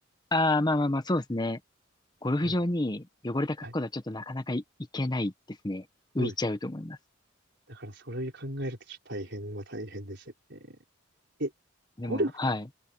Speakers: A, on the left (about 20°); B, on the right (about 60°).
A: ああ、まあまあまあ、そうですね。ゴルフ場に汚れた格好ではちょっとなかなかい、
B: なん、はい。
A: いけないですね。
B: そうです
A: 浮いちゃうと思います。
B: だからそれを考えるとちょっと大変は大変ですよね。え、
A: でも、
B: ゴルフ
A: はい。